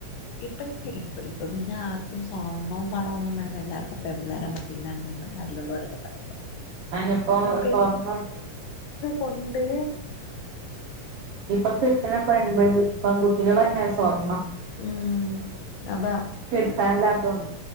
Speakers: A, on the left; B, on the right.
A: ഇപ്പൊ ഇപ്പൊ പിന്നെ ആർ പം സ്വർണ്ണം പണവൊന്നും വേണ്ട എല്ലാർക്കും പെമ്പിള്ളേരെ മതീന്നാണ് നമ്മള് നാട്ടിലുള്ളോരൊക്കെ പറയുന്നത്
B: ഞാനിപ്പോ സ്വർണം
A: കൊണ്ട്
B: ഇപൊ കിട്ട്ണ പെൺപിൾ പെൺകുട്ട്യാളന്നെ സ്‌കൂ സ്വർണം
A: ഉം അതാ
B: കിട്ടാല്ലാത്തോണ്ട്